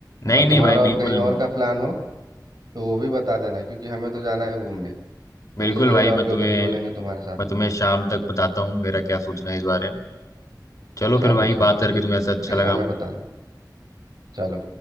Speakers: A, on the left (about 50°); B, on the right (about 65°).
A: नहीं
B: और
A: नहीं
B: तुम्हारा
A: भाई
B: और
A: बिल्कुल
B: कहीं और
A: नहीं
B: का प्लान हो तो वो भी बता देना क्योंकि हमें तो जाना है घूमने तुम
A: बिल्कुल
B: जिधर
A: भाई
B: जाओगे
A: मैं तुम्हें
B: उधर ही बोलेंगे तुम्हारे साथ
A: मैं तुम्हें शाम तक बताता हूँ मेरा क्या सोचना है इस बारे में चलो
B: चलो
A: फिर भाई
B: चलो
A: बात करके
B: ठीक
A: तुम्हें ऐसा
B: ठीक
A: अच्छा
B: है
A: लगा
B: शाम
A: हमको
B: में बताना चलो